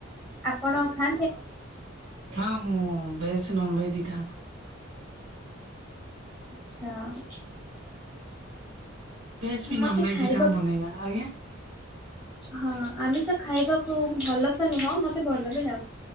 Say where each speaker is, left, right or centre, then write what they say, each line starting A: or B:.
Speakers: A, in the centre; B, on the right.
A: ଆପଣ ଖା
B: ହଁ ଅ ହଁ, ମୁଁ ଭେଜ, ନନ ଭେଜ ଦିଟା ଯାକ।
A: ଆଚ୍ଛା
B: ଭେଜ ବି,
A: ମତେ
B: ନନ ଭେଜ
A: ଖାଇବା
B: ଦିଟାଯାଙ୍କ ବନେଇବା ଜାଣ ଆଜ୍ଞା।
A: ହଁ ଆମିଷ ତ ଖାଇବାକୁ ଭଲ ତ ନୁହଁ ମତେ ଭଲ ବି ଲା